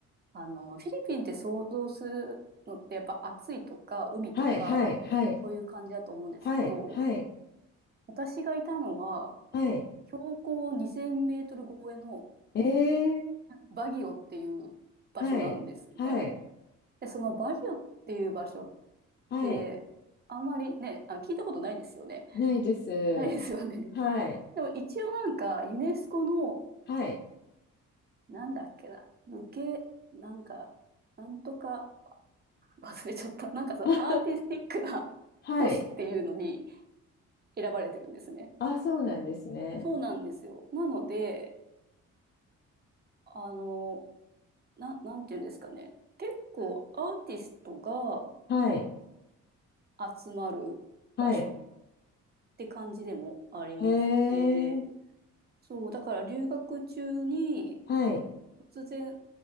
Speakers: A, on the right (about 30°); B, on the left (about 40°).
A: あの、フィリピンって想像するのってやっぱ暑いとか海とか、
B: はい、はい、はい、
A: そういう感じだと思うんですけど、
B: はい、はい、
A: 私がいたのは
B: はい。
A: 標高2000メートル超えの
B: ええ
A: バギオっていう場所なんですね。
B: はい、はい、
A: で、そのバギオっていう場所っ
B: はい。
A: で、あんまりね、あ、聞いたことないですよね。
B: ないです。
A: <laughs> ないですよね。
B: はい、
A: でも一応なんか、ユネスコの、
B: はい。
A: なんだっけな、無形、なんか、なんとか、忘れちゃった。<laughs> なんかそのアーティスティックな都市っていうのに
B: <laughs> はい。
A: <laughs> 選ばれてるんですね。
B: あ、そうなんですね。
A: そうなんですよ。なので、あの、な、なんていうんですかね。結構アーティストが
B: はい、
A: 集まる場所っ
B: はい。
A: て感じでもありまして、
B: へえ、
A: そう、だから留学中に、
B: はい、
A: 突然、